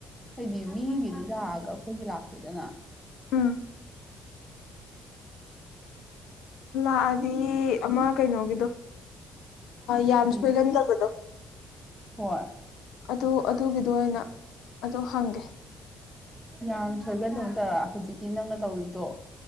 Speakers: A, in the centre; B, on the left.
A: ꯍꯥꯏꯗꯤ ꯃꯤꯒꯤꯗꯤ ꯂꯥꯛꯑꯒ ꯑꯩꯈꯣꯏꯒꯤ ꯂꯥꯛꯇꯦꯗꯅ
B: ꯎꯝ ꯑꯥꯑꯗꯤ ꯑꯃ ꯀꯩꯅꯣꯒꯤꯗꯣ ꯌꯥꯝ
A: ꯎꯝ
B: ꯁꯣꯏꯒꯟꯗꯕꯗꯣ
A: ꯍꯣꯏ
B: ꯑꯗꯨ ꯑꯗꯨꯒꯤꯗꯣ ꯑꯣꯏꯅ ꯑꯗꯨ ꯍꯪꯒꯦ
A: ꯌꯥꯝ ꯁꯣꯏꯒꯗꯣꯗ ꯍꯧꯖꯤꯛꯀꯤ ꯅꯪꯅ ꯇꯧꯔꯤꯗꯣ